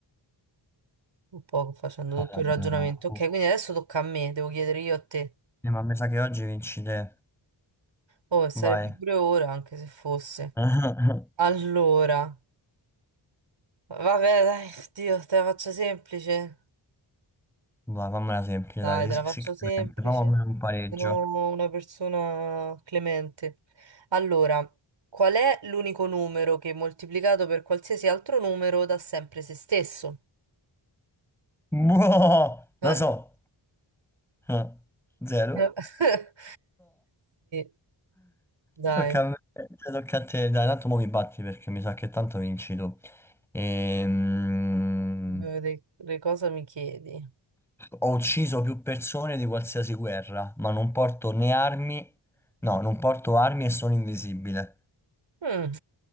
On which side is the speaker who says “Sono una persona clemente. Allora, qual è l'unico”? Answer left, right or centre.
Right